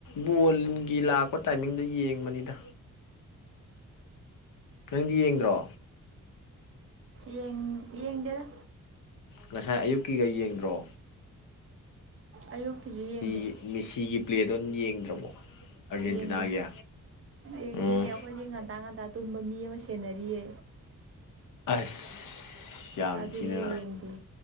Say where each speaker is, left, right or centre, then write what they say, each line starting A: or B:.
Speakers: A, on the left; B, on the right.
A: ꯕꯣꯜꯒꯤ ꯂꯥꯛꯄ ꯇꯥꯏꯃꯤꯡꯗ ꯌꯦꯡꯕꯅꯤꯗ ꯅꯪꯗꯤ ꯌꯦꯡꯗ꯭ꯔꯣ
B: ꯌꯦꯡ ꯌꯦꯡꯗꯦꯗ
A: ꯉꯁꯥꯏ ꯑꯌꯨꯛꯀꯤꯒ ꯌꯦꯡꯗ꯭ꯔꯣ
B: ꯑꯌꯨꯛꯀꯤꯁꯨ ꯌꯦꯡꯗꯦ
A: ꯁꯤꯒꯤ ꯃꯤꯁꯤꯒꯤ ꯄ꯭ꯂꯦꯗꯣ ꯌꯦꯡꯗ꯭ꯔꯕꯣ ꯑꯥꯔꯖꯦꯟꯇꯤꯅꯥꯒꯤ
B: ꯌꯦꯡꯗꯦ ꯌꯦꯡꯗꯦ
A: ꯎꯝ
B: ꯑꯩꯈꯣꯏꯗꯤ ꯉꯟꯇꯥ ꯉꯟꯇꯥ ꯇꯨꯝꯕ ꯃꯤ ꯑꯃ ꯁꯦꯟꯅꯔꯤꯌꯦ
A: ꯑꯁ ꯌꯥꯝ
B: ꯑꯗꯨꯅ
A: ꯊꯤꯅ
B: ꯌꯦꯡꯗꯦ